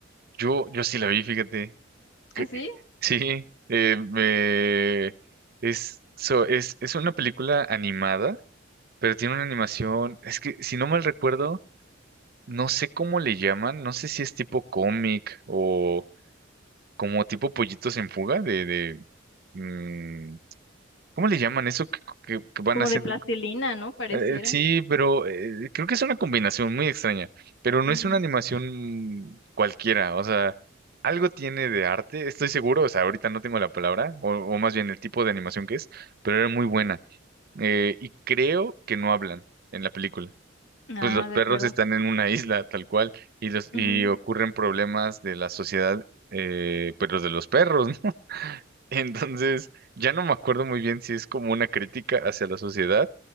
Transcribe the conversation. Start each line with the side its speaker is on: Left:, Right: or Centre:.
Right: Yo, yo sí la vi, fíjate. Que-
Left: Así,
Right: sí, eh, me es, so- es, es una película animada, pero tiene una animación. Es que si no mal recuerdo, no sé cómo le llaman, no sé si es tipo cómic o como tipo pollitos en fuga de, de mm, ¿cómo le llaman eso que, que que van
Left: como
Right: haciendo?
Left: de plastilina, ¿no? Pareciera.
Right: Eh, eh, sí, pero eh, creo que es una combinación muy extraña, pero no
Left: Ujú.
Right: es una animación cualquiera, o sea, algo tiene de arte, estoy seguro, o sea, ahorita no tengo la palabra, o, o más bien el tipo de animación que es, pero era muy buena. Eh, y creo que no hablan en la película.
Left: Ah,
Right: Pues los perros
Left: de acuerdo.
Right: están en una isla, tal cual, y los, y
Left: Ujú.
Right: ocurren problemas de la sociedad, eh, pero de los perros, ¿no? <laughs> Entonces, ya no me acuerdo muy bien si es como una crítica hacia la sociedad